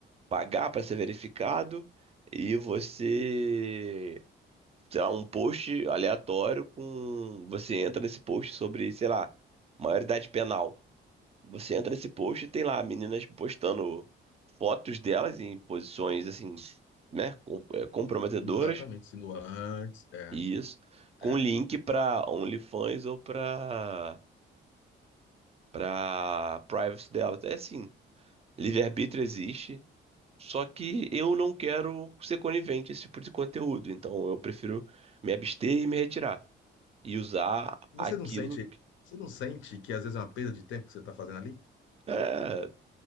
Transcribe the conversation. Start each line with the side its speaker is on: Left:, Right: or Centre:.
Right: pagar para ser verificado e você, sei lá, um post aleatório com. Você entra nesse post sobre, sei lá, maioridade penal. Você entra nesse post e tem lá meninas postando fotos delas em posições assim, né, com- é, comprometedoras.
Left: Exatamente. Sinuantes, é,
Right: Isso. Com
Left: é.
Right: link para OnlyFans ou para para privacy dela. É assim, livre-arbítrio existe, só que eu não quero ser conivente a esse tipo de conteúdo, então eu prefiro me abster e me retirar e usar
Left: Você
Right: aquilo
Left: não sente, você não sente que às vezes é uma perda de tempo que você tá fazendo ali?
Right: é,